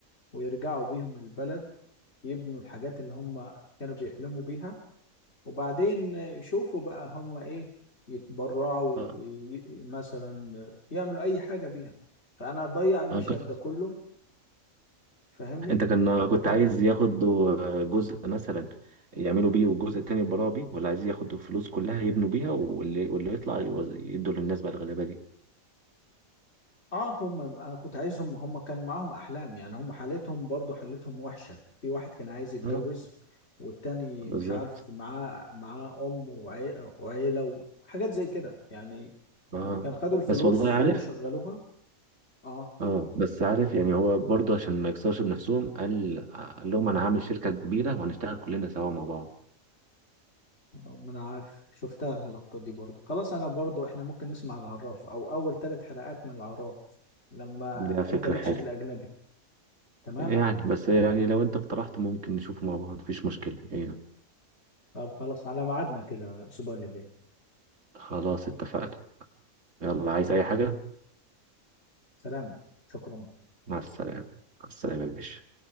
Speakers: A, on the left; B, on the right.
A: ويرجعوا بيهم البلد يبنوا الحاجات اللي هما كانوا بيحلموا بيها وبعدين يشوفوا بقى هم ايه يتبرعوا
B: اه
A: ي- مثلا يعملوا اي حاجه بيها فانا اضيع المشهد
B: أنا ك-
A: ده كله فاهمني
B: انت كان كنت
A: فكانت
B: عايز ياخدوا جزء مثلا يعملوا بيه والجزء التاني يبراوا بيه ولا عايز ياخدوا الفلوس كلها يبنوا بيها واللي واللي يطلع يوز- يدوا للناس بقى الغلابه دي
A: اه هم انا كنت عايزهم هم كان معاهم احلام يعني هم حالتهم برضو حالتهم وحشه في واحد كان عايز يتجوز
B: اه
A: والتاني
B: بالظبط
A: مش عارف معاه معاه ام وعي- وعيله وحاجات زي كده يعني
B: اه
A: كان خدوا الفلوس
B: بس والله عارف
A: وشغلوها اه
B: اه بس عارف يعني هو برضه عشان ما يكسرش بنفسهم قال قال لهم انا هعمل شركه كبيره وهنشتغل كلنا سوا مع بعض
A: آه، ما انا عارف شفتها اللقطة دي برضو خلاص انا برضو احنا ممكن نسمع العراف او اول ثلاث حلقات من العراف لما
B: دي فكره
A: انت لكش
B: حلوه
A: في الاجنبي تمام
B: يعني بس يعني لو انت اقترحت ممكن نشوفه مع بعض مفيش مشكله يعني
A: طب خلاص على ميعادنا كده الاسبوع اللي جاي
B: خلاص اتفقنا يلا عايز أي حاجة
A: سلام شكرا
B: مع السلامة مع السلامة يا باشا